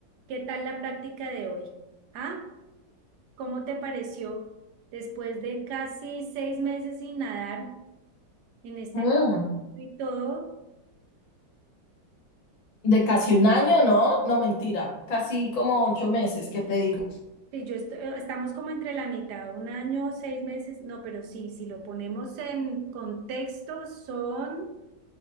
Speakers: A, on the right (about 70°); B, on the left (about 75°).
A: ¿Qué tal la práctica de hoy? ¿Ah? ¿Cómo te pareció después de casi seis meses sin nadar en este
B: Mm,
A: y todo?
B: de casi un año, ¿no? No, mentira, casi como ocho meses, ¿qué te digo?
A: Que yo est- eh, estamos como entre la mitad, un año, seis meses, no, pero sí, si lo ponemos en contexto, son